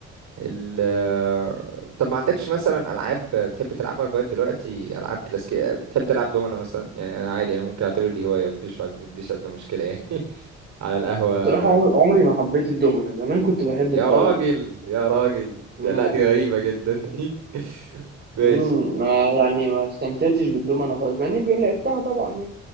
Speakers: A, on the right; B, on the right.
A: ال طب ما عندكش مثلا العاب بتحب تلعبها لغايه دلوقتي العاب كلاسيكيه بتحب تلعب دومنا مثلا يعني انا عادي انا ممكن اعتبر دي هوايه مفيش ما عنديش ادنى مشكله يعني <laughs> على القهوه
B: صراحة عمري عمري ما حبيت الدومنة زمان كنت بحب
A: يا
B: الطاولة
A: راجل يا راجل
B: امم
A: ده لا دي غريبه جدا <laughs> ماشي
B: امم ما يعني ما استمتعتش بالدومنة خالص مع اني بقول لعبتها طبعا يعني